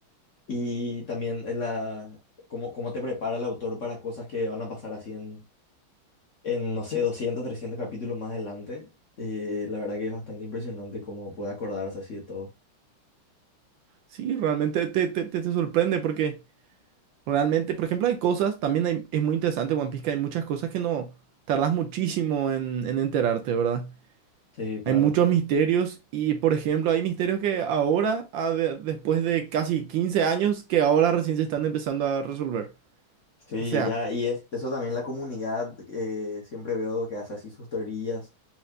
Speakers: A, on the left; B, on the right.
A: Y también es la, cómo, cómo te prepara el autor para cosas que van a pasar así en, en no sé, 200 300 capítulos más adelante. Eh, la verdad que es bastante impresionante cómo puede acordarse así de todo.
B: Sí, realmente te, te, te, te sorprende porque realmente, por ejemplo, hay cosas, también hay- es muy interesante One Piece que hay muchas cosas que no tardas muchísimo en, en enterarte, ¿verdad?
A: Sí, claro.
B: Hay muchos misterios y, por ejemplo, hay misterios que ahora, a de- después de casi 15 años, que ahora recién se están empezando a resolver.
A: Sí,
B: O sea,
A: ya, y es, eso también la comunidad, eh, siempre veo que hace así sus teorías